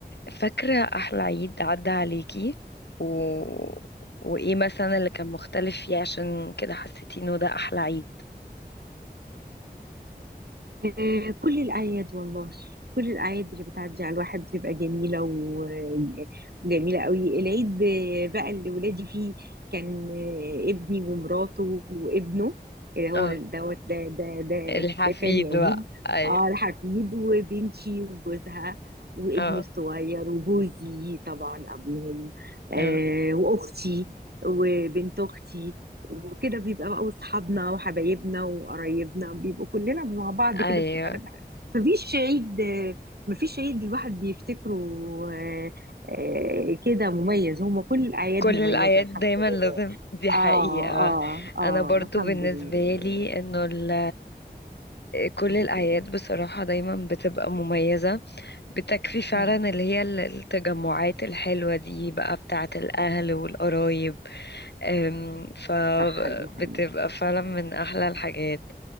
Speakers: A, on the left (about 90°); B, on the right (about 70°).
A: فاكرة أحلى عيد عدى عليكي و... وإيه مثلا اللي كان مختلف فيه عشان كده حسيتي إنه ده أحلى عيد
B: آه، كل الأعياد والله كل الأعياد اللي بتعدي على الواحد بتبقى جميلة وجميلة قوي العيد آه، بقى اللي ولادي فيه كان آه، ابني ومراته وابنه اللي هو
A: اه
B: دوت ده ده ده
A: الحفيد
B: ده تاني عيد
A: بقى أيوه
B: اه الحفيد وبنتي وجوزها وابني
A: اه
B: الصغير وجوزي طبعا أبوهم آه
A: اه
B: وأختي وبنت أختي وكده بيبقى بقى اصحابنا وحبايبنا وقرايبنا بيبقوا كلنا مع بعض
A: أيوه
B: كده بتبقى لمة حلوة مفيش عيد مفيش عيد الواحد بيفتكره آه، آه، كده مميز هما كل الأعياد
A: كل
B: مميزة
A: الأعياد
B: الحمد
A: دايما
B: لله
A: لازم دي حقيقة
B: اه اه اه
A: أنا برضو
B: الحمد
A: بالنسبة
B: لله
A: لي إنه ال... كل
B: الحمد
A: الأعياد
B: لله
A: بصراحة دايما بتبقى مميزة بتكفي فعلا
B: مم.
A: اللي هي ال- التجمعات الحلوة دي بقى بتاعة الأهل والقرايب أم، فبتبقى
B: صح دي حقيقة
A: فعلا من أحلى الحاجات